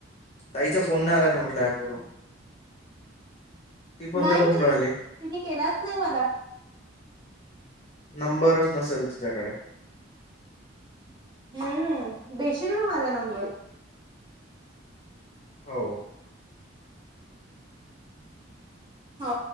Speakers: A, on the left; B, on the right.
A: ताईचा फोन नाही आला का म्हटलं ऍपवरून. ती पण
B: नाही
A: तर करून
B: नाही
A: राहिली
B: तिने केलाच नाही मला.
A: नंबरच नसेल तिच्याकडे,
B: हम्म देशील ना माझा नंबर
A: हो
B: हो